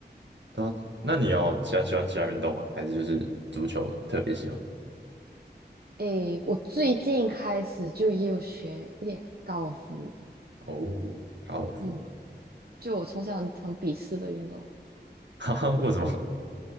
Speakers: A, on the right (about 75°); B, on the right (about 60°).
A: 对啊，那你要其他喜欢其他运动吗？还是就是足球特别喜欢？
B: 诶，我最近开始就也有学一点高尔夫，
A: 哦，高尔夫，
B: 嗯，就我从小很很鄙视的运动，
A: <laughs> 哈哈，为什么？